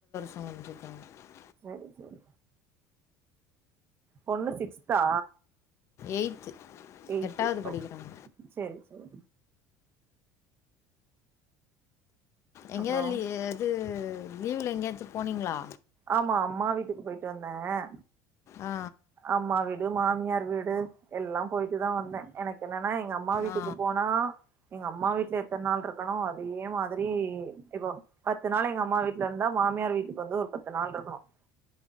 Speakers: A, on the left; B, on the right.
A: <unintelligible>
B: செரி செரி பொண்ணு சிக்ஸ்தா
A: எயி்த்து
B: எய்ட்த்து
A: எட்டாவது படிக்கிறாங்க
B: ஓகே செரி செரி
A: எங்கயாது
B: அப்றோ
A: இது லீவ்ல எங்கயாச்சு போனீங்ளா
B: ஆமா அம்மா வீட்டுக்கு போயிட்டு வந்தேன்.
A: ஆ
B: அம்மா வீடு மாமியார் வீடு எல்லா போயிட்டுதா வந்தேன் எனக்கென்ன நா எங்க அம்மா வீட்டுக்கு
A: ஆ ஆ
B: போனா எங்க அம் அம்மா வீட்ல எத்தன நாள் இருக்கணோ அதே மாரி இப்ப பத்து நாள் எங்க அம்மா வீட்லருந்தா மாமியார் வீட்டுக்கு வந்து ஒரு பத்து நாள் இருக்கணும்.